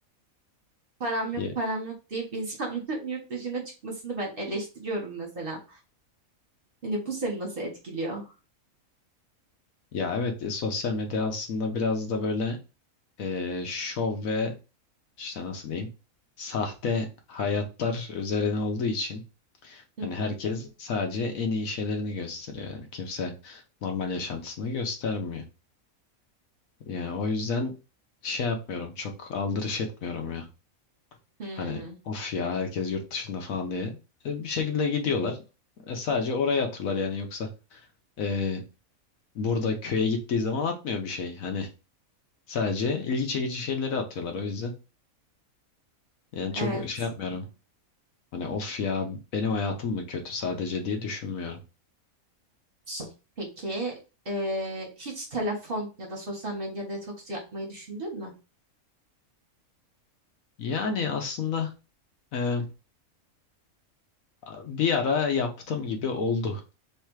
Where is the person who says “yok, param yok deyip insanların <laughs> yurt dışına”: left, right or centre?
Right